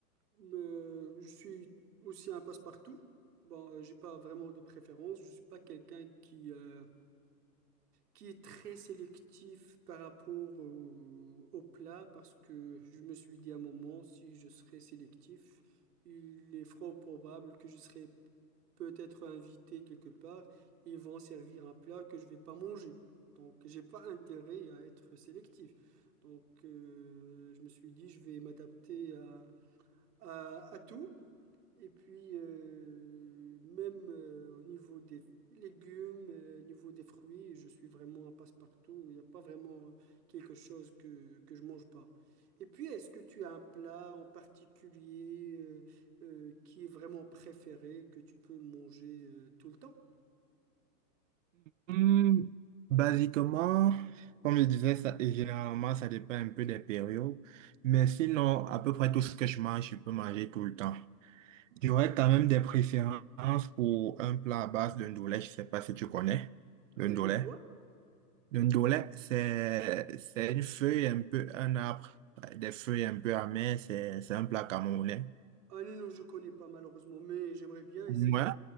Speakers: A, on the right; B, on the right.
A: euh, je suis aussi un passe-partout. Bon, euh, j'ai pas vraiment de préférence. Je suis pas quelqu'un qui, euh, qui est très sélectif par rapport au, au plat parce que je me suis dit à un moment, si je serais sélectif, il est fort probable que je serais peut-être invité quelque part. Ils vont servir un plat que je vais pas manger. Donc, j'ai pas intérêt à être sélectif. Donc, euh, je me suis dit, je vais m'adapter à, à, à tout. Et puis, euh, même euh, au niveau des légumes, euh, au niveau des fruits, je suis vraiment un passe-partout. Il n'y a pas vraiment quelque chose que, que je mange pas. Et puis, est-ce que tu as un plat en particulier euh, euh, qui est vraiment préféré, que tu peux manger euh, tout le temps?
B: Hmm, basiquement, comme je disais, ça, généralement, ça dépend un peu des périodes. Mais sinon, à peu près tout ce que je mange, je peux manger tout le temps. J'aurais quand même des préférences pour un plat à base de ndolé, je sais pas si tu connais le
A: Euh,
B: ndolé.
A: le quoi?
B: Le ndolé, c'est, c'est une feuille un peu, un arbre, des feuilles un peu amères, c'est, c'est un plat camerounais.
A: Ah non, non, je connais pas malheureusement, mais j'aimerais bien essayer.
B: Moi,